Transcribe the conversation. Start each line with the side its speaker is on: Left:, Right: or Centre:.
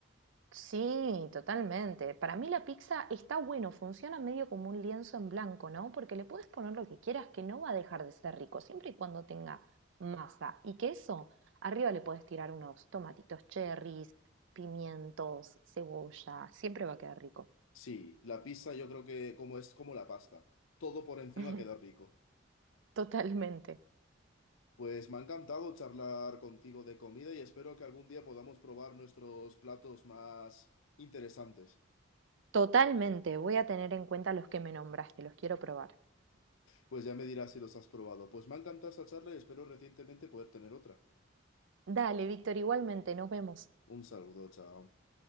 Right: Sí, totalmente. Para mí la pizza está bueno, funciona medio como un lienzo en blanco, ¿no? Porque le puedes poner lo que quieras, que no va a dejar de ser rico, siempre y cuando tenga masa y queso. Arriba le puedes tirar unos tomatitos cherries, pimientos, cebolla, siempre va a quedar rico.
Left: Sí, la pizza yo creo que como es como la pasta. Todo por encima
Right: <laughs>
Left: queda rico.
Right: Totalmente,
Left: Pues me ha encantado charlar contigo de comida y espero que algún día podamos probar nuestros platos más interesantes.
Right: totalmente. Voy a tener en cuenta los que me nombraste, los quiero probar.
Left: Pues ya me dirás si los has probado. Pues me ha encantado esta charla y espero recientemente poder tener otra.
Right: Dale, Víctor, igualmente, nos vemos.
Left: Un saludo, chao.